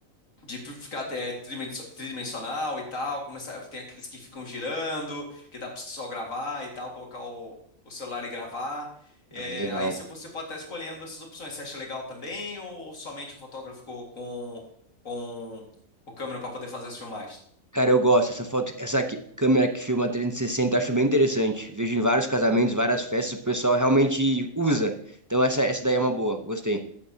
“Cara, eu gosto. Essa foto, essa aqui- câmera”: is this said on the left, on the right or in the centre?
Right